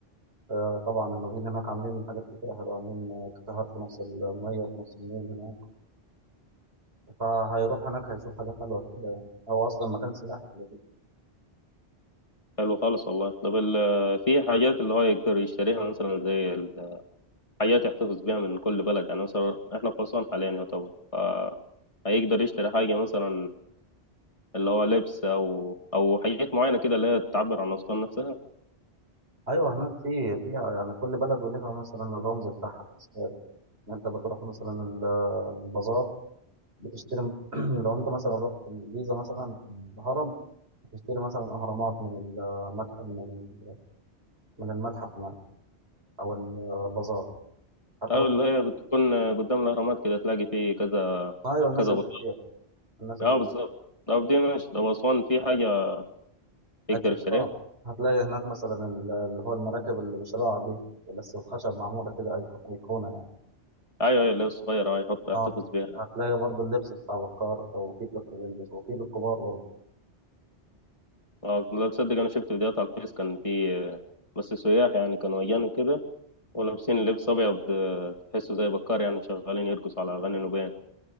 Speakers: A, on the right; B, on the left.
A: آه، طبعا النوبيين هناك عاملين حاجات كتيرة حلوة عاملين آه، كافيهات في نص المية في نص النيل هناك فهيروح هناك هيشوف حاجات حلوة كتيرة يعني هو أصلا مكان سياحي كده كده
B: حلو خالص والله طب ال... في حاجات اللي هو يقدر يشتريها مثلا زي ال- حاجات يحتفظ بيها من كل بلد يعني مثلا احنا في أسوان حاليا يعتبر فهيقدر يشتري حاجة مثلا اللي هو لبس أو أو حاجات معينة كده اللي هي تعبر عن أسوان نفسها
A: أيوه هناك في فيها يعني كل بلد وليها مثلا الرمز بتاعها التذكاري إن أنت بتروح مثلا ال- البازار بتشتري <clears throat> لو أنت مثلا رحت الجيزة مثلا في الهرم بتشتري مثلا أهرامات من المتحف من ال- من المتحف هناك أو البازار هتروح
B: أيوة اللي هي بتكون قدام الأهرامات كده تلاقي فيه كذا
A: أيوه الناس
B: كذا
A: اللي
B: بندق
A: بتبيع الناس اللي
B: أه بالظبط طب دي ماشي طب أسوان في حاجة يقدر
A: اكيد
B: يشتريها
A: اه هتلاقي هناك مثلا ال- اللي هو المراكب اللي بشراع دي بس بخشب معموله كده أيق- ايقونه يعني
B: أيوة أيوة اللي هي الصغيرة أه يحط يحتفظ
A: اه
B: بيها يعني
A: هتلاقي برضو اللبس بتاع بكار لو في طفل بيلبس وفي للكبار برضو
B: أه لا تصدق أنا شفت فيديوهات على الفيس كان في آه، بس سياح يعني كانوا أجانب كده ولابسين لبس أبيض آه، تحسه زي بكار يعني شغالين يرقصوا على أغاني نوبية